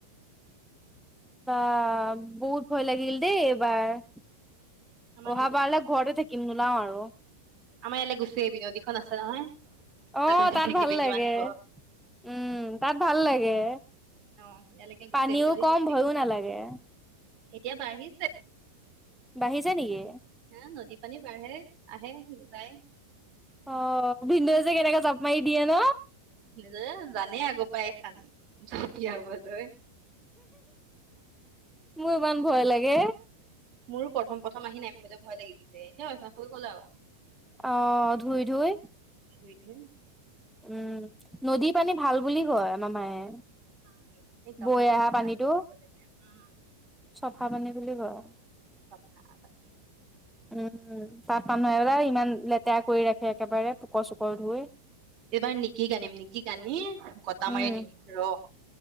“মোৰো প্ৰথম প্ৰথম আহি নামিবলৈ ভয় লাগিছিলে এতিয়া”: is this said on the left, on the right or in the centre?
Right